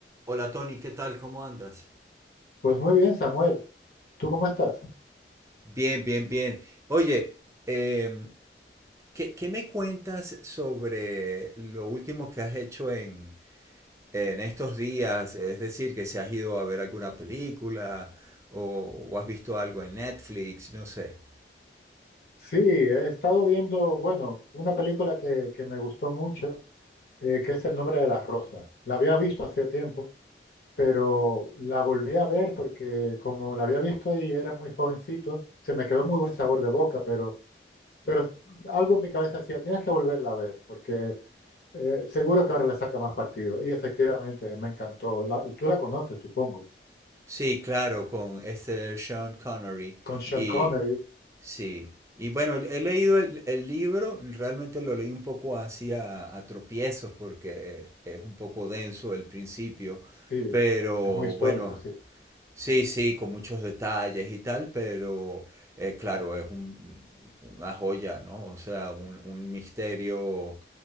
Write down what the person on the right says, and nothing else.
Hola Tony, ¿qué tal? ¿Cómo andas?
Bien, bien, bien. Oye, em, ¿qué, qué me cuentas sobre lo último que has hecho en, en estos días? Es decir, que si has ido a ver alguna película o, o has visto algo en Netflix, no sé.
Sí, claro, con este Sean Connery.
Y
sí. Y bueno, he leído el, el libro, realmente lo leí un poco así a, a tropiezos porque es un poco denso el principio,
pero
bueno,
sí, sí, con muchos detalles y tal, pero eh, claro, es un- una joya, ¿no? O sea, un, un misterio